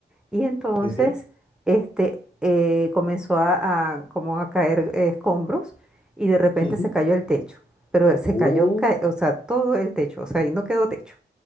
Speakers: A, in the centre; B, on the left.
A: y entonces
B: Jeje.
A: este, eh, comenzó a, a- como a caer eh, escombros y de repente
B: Ujú.
A: se cayó el techo. Pero se
B: Uh,
A: cayó, ca- o sea, todo el techo, o sea, ahí no quedó techo.